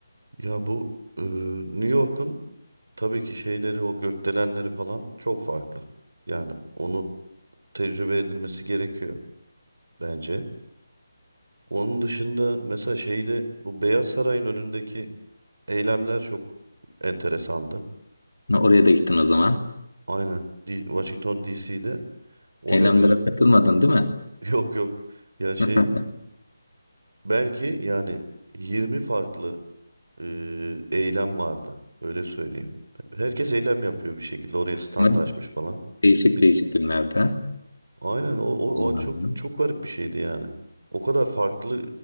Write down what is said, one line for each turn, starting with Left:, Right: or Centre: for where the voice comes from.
Right: Ya bu e, New York'un tabii ki şeyleri o gökdelenleri falan çok farklı. Yani onu tecrübe edilmesi gerekiyor bence. Onun dışında mesela şeyde bu Beyaz Saray'ın önündeki Eylemler çok enteresandı.
Left: Ne, Oraya da gittin o zaman.
Right: Aynen. D- Washington DC'de o
Left: Eylemlere
Right: da bir
Left: katılmadın değil mi?
Right: <laughs> yok yok. Ya şey
Left: <laughs>
Right: belki yani 20 farklı e, eylem vardı. Öyle söyleyeyim. Herkes eylem yapıyor bir şekilde. Oraya stand
Left: Ama
Right: açmış falan.
Left: Değişik
Right: Bir,
Left: değişik günlerde.
Right: aynen o, o,
Left: Anladım.
Right: o çok çok garip bir şeydi yani. O kadar farklı